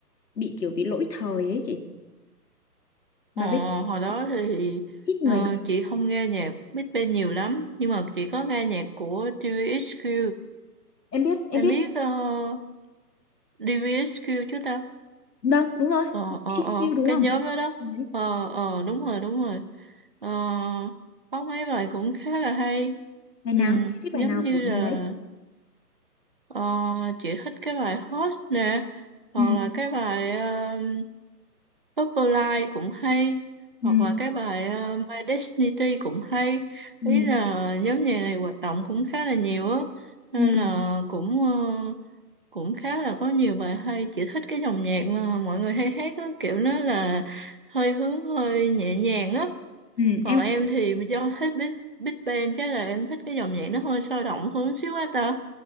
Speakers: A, on the left; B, on the right.
A: bị kiểu bị lỗi thời ấy chị mà
B: ờ,
A: bây
B: hồi đó
A: giờ
B: thì
A: ít người
B: ờ,
A: nghe
B: chị không nghe nhạc Big Bang nhiều lắm nhưng mà chị có nghe nhạc của DVXQ
A: em biết em
B: em
A: biết
B: biết uh, DVXQ chứ ta
A: vâng đúng rồi
B: ờ ờ
A: XQ
B: ờ
A: đúng
B: cái
A: không
B: nhóm đó đó
A: đấy
B: ờ ờ đúng rồi đúng rồi ờ có mấy bài cũng khá là hay
A: bài
B: ừ
A: nào chị thích bài
B: giống
A: nào
B: như
A: của năm
B: là
A: đấy
B: Ờ, chị thích cái bài Hot nè hoặc
A: ừ
B: là cái bài um, Purple cũng hay
A: ừ.
B: hoặc là cái bài ờ, My Destiny cũng hay
A: Ừ,
B: ý là nhóm nhạc này hoạt động cũng khá là nhiều á nên
A: ừ,
B: là cũng ờ, cũng khá là có nhiều bài hay chị thích cái dòng nhạc mà mọi người hay hát á kiểu nó là hơi hướng hơi nhẹ nhàng á
A: ừ,
B: còn
A: em
B: em
A: cũng
B: thì do thích Big, Big Bang chắc là em thích cái dòng nhạc nó hơi sôi động hơn xíu á ta